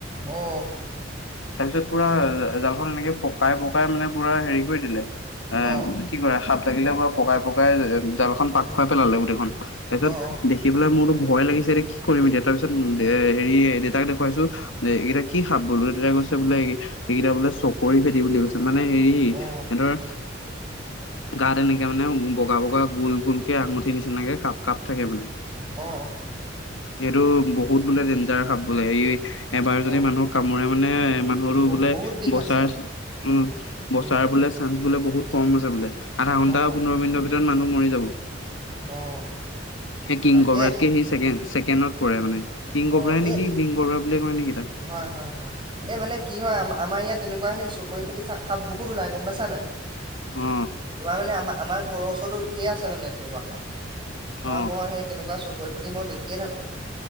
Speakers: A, on the right; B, on the left.
A: অ
B: তাৰপিছত পুৰা জালখন এনেকে পকাই পকাই মানে পুৰা হেৰি কৰি দিলে এ
A: অ
B: কি কৰে সাপ থাকিলে পুৰা পকাই পকাই জালখন পাক
A: উম
B: খুৱাই পেলালে গোটেইখন তাৰপিছত
A: অ অ
B: দেখি পেলাই মোৰতো ভয় লাগিছে এ কি কৰিম এতিয়া তাৰপিছত এ হেৰি দেউতাক দেখুৱাইছো এতিয়া কি খাব বল বোলে তেতিয়া কৈছে বোলে এইকেইটা বোলে চকৰি ফেটি বুলি কৈছে মানে হেৰি
A: অ অ
B: সিহঁতৰ গা তেনেকে ে মানে বগা বগা গোল গোল কেে আঙুঠি নিচিনাকে কাপ কাপ থাকে মানে
A: অ অ
B: এইেইটো বহুত বোলে ডেঞ্জাৰ খাব বোলে হে এবাৰ যদি
A: অ
B: মানুহক কামোৰে মানে মানুহো
A: বহু
B: বোলে
A: বহুত বিষ
B: বচাৰ
A: আছে
B: উ বচাৰ
A: অ
B: বোলে চান বোলে বহুত কম আছে বোলে আধা ঘন্টা
A: অ
B: পোন্ধৰ মিনিটৰ ভিতৰত মানুহ মৰি যাব
A: অ
B: স কিং
A: তাকে
B: কবৰাতকে সিকে ছেকেণ্ডত পই মানে কিং গবৰাই
A: অ
B: নেকি
A: এ
B: কিং গগবৰা বুলি কয় নেকি তাক
A: হয় হয় হয় এই মানে কি হয় আ আমাৰ ইয়াত তেনেকুৱা সেই চ কৰি ফেটি সাপ বহুত ওলাই গম পাইছা নাই
B: অ
A: তমাৰ মানে আ আমাৰ ঘৰৰ ওচৰতো ধঢেৰ আছে মানে তেনেকুৱা খাম
B: অ
A: বামাৰ মই সেই তেনেকুৱা চ কৈ ফেটি মই দেখিয়ে থাকোঁ